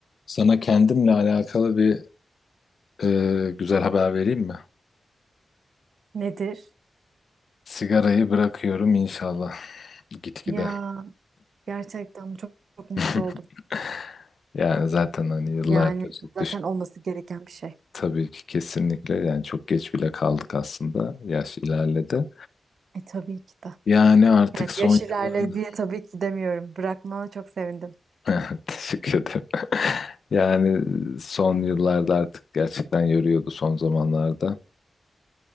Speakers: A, on the left (about 65°); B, on the right (about 75°).
A: Sana kendimle alakalı bir e, güzel haber vereyim mi?
B: Nedir?
A: Sigarayı bırakıyorum inşallah gitgide.
B: Ya gerçekten çok, çok mutlu
A: <laughs>
B: oldum.
A: Yani zaten hani yıllardır
B: Yani zaten
A: düş
B: olması gereken bir şey.
A: tabii ki kesinlikle yani çok geç bile kaldık aslında. Yaş ilerledi.
B: E tabii ki de.
A: Yani artık
B: Yani
A: son
B: yaş ilerledi
A: yıllar
B: diye tabii ki demiyorum. Bırakmana çok sevindim.
A: <laughs> teşekkür ederim. <laughs> Yani son yıllarda artık gerçekten yoruyordu son zamanlarda.